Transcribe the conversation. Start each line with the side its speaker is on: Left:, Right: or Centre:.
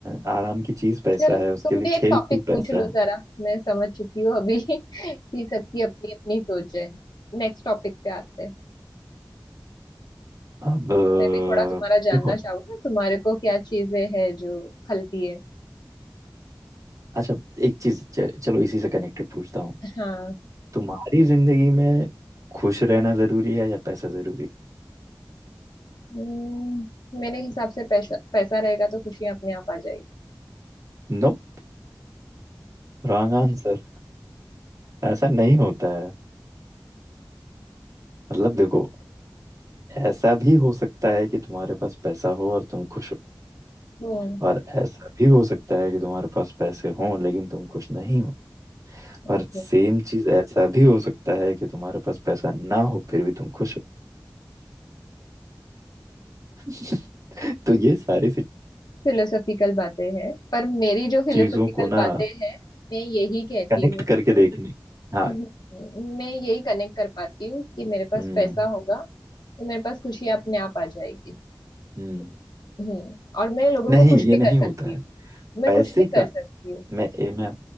Right: अ, आराम की चीज पैसा
Left: चलो
Right: है उसके
Left: तुम
Right: लिए
Left: भी
Right: खेल
Left: एक टॉपिक
Right: कूद पैसा
Left: पूछ लो
Right: है
Left: जरा मैं समझ चुकी हूँ अभी <laughs> कि सबकी अपनी अपनी सोच है नेक्स्ट टॉपिक पे आते हैं
Right: अब अ,
Left: मैं भी थोड़ा तुम्हारा जानना
Right: देखो
Left: चाहूँ ना, तुम्हारे को क्या चीजें हैं जो खलती है
Right: अच्छा एक चीज च- चलो इसी से कनेक्टेड पूछता हूँ
Left: हाँ
Right: तुम्हारी जिंदगी में खुश रहना जरूरी है या पैसा जरूरी
Left: हम्म, मेरे हिसाब से पैसा पैसा रहेगा तो खुशियां अपने आप आ जाएगी
Right: है No wrong answer ऐसा नहीं होता है मतलब देखो ऐसा भी हो सकता है कि तुम्हारे पास पैसा हो और तुम खुश हो
Left: हम्म
Right: और ऐसा भी हो सकता है कि तुम्हारे पास पैसे हों लेकिन तुम खुश नहीं हो और
Left: ओके
Right: सेम चीज ऐसा भी हो सकता है कि तुम्हारे पास पैसा ना हो फिर भी तुम खुश हो <laughs> तो ये सारी सी-
Left: फिलोसॉफिकल बातें हैं पर मेरी जो फिलोसॉफिकल
Right: चीजों को ना
Left: बातें हैं मैं यही कहती
Right: कनेक्ट
Left: हूँ
Right: करके देखने हाँ
Left: हम्म, मैं यही कनेक्ट कर पाती हूँ कि मेरे पास
Right: हम्म
Left: पैसा होगा तो मेरे पास खुशी अपने आप आ जाएगी
Right: हम्म
Left: हम्म और मैं लोगों
Right: नहीं
Left: को खुश
Right: ये
Left: भी
Right: नहीं
Left: कर सकती
Right: होता है
Left: हूँ मैं
Right: पैसे
Left: खुश भी कर
Right: का
Left: सकती हूँ
Right: मैं ए, मैं